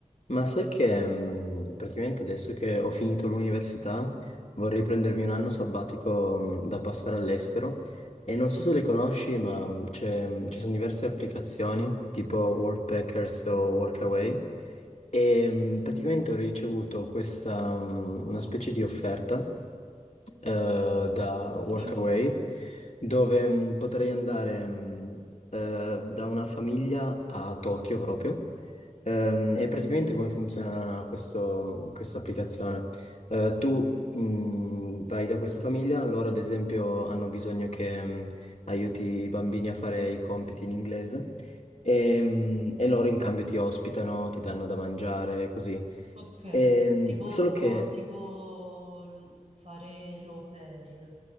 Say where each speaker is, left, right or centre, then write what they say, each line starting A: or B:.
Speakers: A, on the left; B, on the right.
A: Ma sai che mh, praticamente adesso che ho finito l'università vorrei prendermi un anno sabbatico mh, da passare all'estero e non so se le conosci, ma mh, c'è- mh, ci sono diverse applicazioni tipo Workpackers o Workaway e mh, praticamente ho ricevuto questa mh, una specie di offerta eh, da
B: Ok,
A: Workaway, dove mh, potrei andare mh, eh, da una famiglia a Tokyo proprio. Ehm, e praticamente come funziona questo- mm, questa applicazione? Eh, tu mh, vai da questa famiglia, loro ad esempio hanno bisogno che mh, aiuti i bambini a fare i compiti in inglese. E, mh, e loro in cambio ti ospitano, ti danno da mangiare, così.
B: ok.
A: Ehm,
B: Tipo,
A: solo
B: co-
A: che
B: tipo l- fare l'au pair,